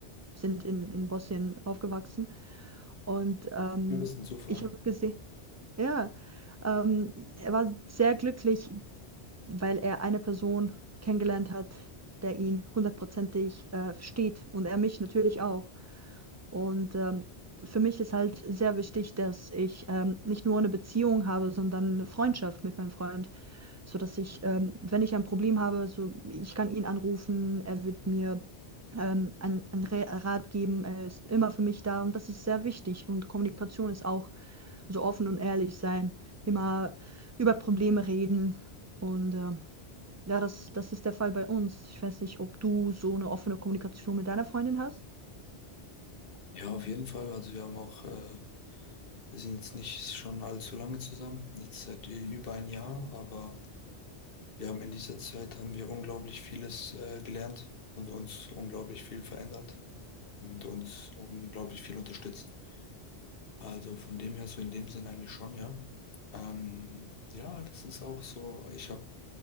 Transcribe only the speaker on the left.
Ja, was ein Zufall.
Ja, auf jeden Fall. Also wir haben auch, äh, wir sind jetzt nicht schon allzu lange zusammen, jetzt seit ü- über ein Jahr, aber Wir haben in dieser Zeit haben wir unglaublich vieles äh, gelernt und uns unglaublich viel verändert und uns unglaublich viel unterstützt. Also von dem her, so in dem Sinn eigentlich schon, ja. Ähm, ja, das ist auch so. Ich habe,